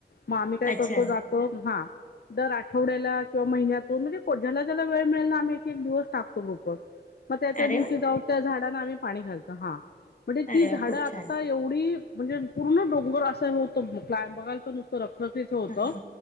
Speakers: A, on the left; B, on the left.
A: मं आम्ही काय
B: अच्छा
A: करतो जातो हा! दर आठवड्याला किंवा महिन्यातून म्हणजे, ज्याला ज्याला वेळ मिळेल ना आम्ही एक, एक दिवस टाकतो ग्रुप वर मग त्या त्या
B: अरे
A: दिवशी
B: वा
A: जाऊ त्या झाडांना आम्ही पाणी घालतो. हा म्हणजे
B: अरे
A: ती झाडं
B: वा खूप
A: आता
B: छान
A: एवढी म्हणजे पूर्ण डोंगर असं होत, बघायल तर नुसतं रख च होत
B: हा हा